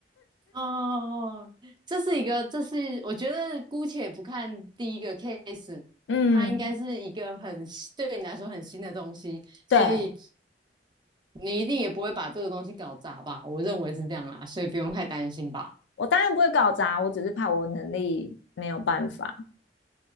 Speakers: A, on the right; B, on the left.
A: 哦，这是一个，这是我觉得姑且不看第一个 case，
B: 嗯，
A: 它应该是一个很新对你来说很新的东西，所以
B: 对，
A: 你一定也不会把这个东西搞砸吧？我认为是这样啦，所以不用太担心吧。
B: 我当然不会搞砸，我只是怕我能力没有办法